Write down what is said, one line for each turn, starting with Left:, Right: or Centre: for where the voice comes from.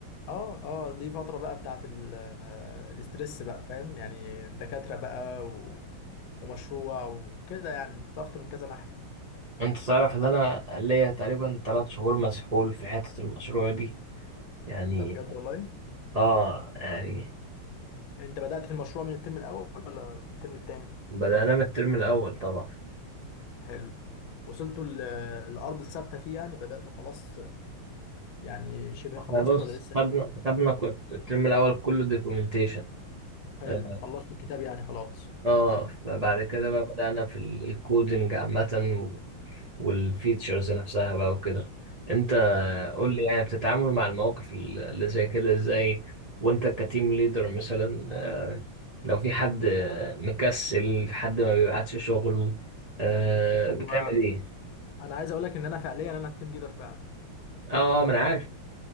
Left: اه اه دي فترة بقى بتاعت ال- آه، الاسترس بقى فاهم يعني دكاترة بقى و... ومشروع وكده يعني ضغط من كذا ناحية
Right: انت تعرف ان انا ليا تقريبا ثلاث شهور مسحول في حتة المشروع دي يعني
Left: ده بجد والله
Right: اه يعني
Left: انت بدأت في المشروع من الترم الاول ولا من الترم التاني
Right: بدأنا من الترم الاول طبعا
Left: حلو وصلتوا ل- لأرض ثابتة فيه يعني بدأتوا خلاص يعني شبه
Right: احنا
Left: خلصت
Right: بص
Left: ولا لسه
Right: خدنا
Left: فيه؟
Right: خدنا كل- الترم الاول كله دوكيومنتيشن
Left: حلو
Right: اه
Left: خلصتوا الكتاب يعني خلاص
Right: آه، فبعد كده
Left: جميل
Right: بقى بدأنا في الكودينج عامة والفيتشرز نفسها بقى وكده انت قول
Left: جميل
Right: لي يعني بتتعامل مع المواقف اللي زي كده ازاي وانت كتيم ليدر مثلا آه، لو في حد مكسل في حد ما بيبعتش شغل آه،
Left: هو
Right: بتعمل ايه
Left: أنا عايز أقول لك إن أنا فعليا أنا التيم ليدر فعلا
Right: اه اه، ما انا عارف